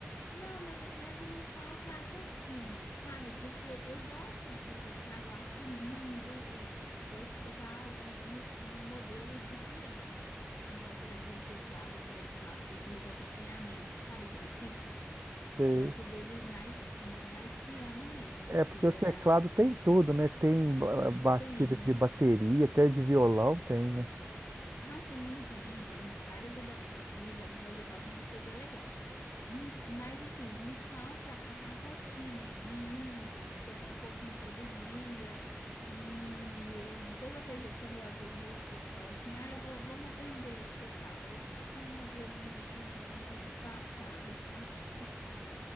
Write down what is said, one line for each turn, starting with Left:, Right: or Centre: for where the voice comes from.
Left: Não, na verdade me falta a rotina, sabe? Porque eu, eu gosto de tocar, eu acho lindo, o, eu gosto de tocar o- no, no modelo de piano. Não gosto daquele teclado tradicional que tem aqueles acompanhamentos, sabe? Aqueles ritmos.
Right: Sei.
Left: Eu gosto dele mais, mais piano mesmo,
Right: É
Left: que
Right: porque
Left: é...
Right: o teclado tem tudo, né? Tem ba- batida
Left: Tem,
Right: de bateria, até de violão tem, né?
Left: ah, sim, tem, tem várias adaptações, dá para fazer bastante coisa legal. Hum, Mas assim, me falta a, a rotina de ir tocar um pouquinho todo dia. E, e toda vez, eu- quando às vezes meu esposo fala assim, ah, eu vou, vamos vender esse teclado. Aí eu toco uma, duas musiquinhas só para dar uma disfarçada, <laughs> sabe?